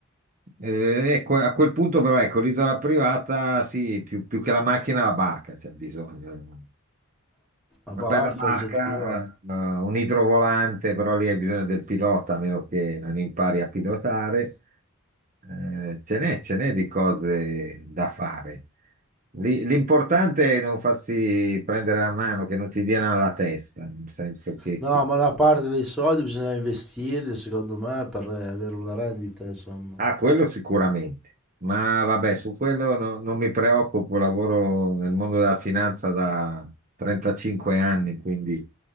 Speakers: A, on the right (about 40°); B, in the centre.
A: Eh, ecco, a quel punto però, ecco, l'isola privata, sì, più, più che la macchina, la barca c'è bisogno.
B: A
A: Una
B: barca
A: bella barca,
B: o il jet privato.
A: eh, eh, un idrovolante, però lì hai bisogno del pilota, a meno che non impari a pilotare. Eh, ce n'è, ce n'è di cose da fare. Lì- L'importante è non farsi prendere la mano, che non ti diano alla testa, nel senso che,
B: No,
A: che
B: ma una parte dei soldi bisogna investirli, secondo me, per eh, avere una rendita, insomma.
A: Ah, quello sicuramente, ma vabbè, su quello no- non mi preoccupo, lavoro nel mondo della finanza da 35 anni, quindi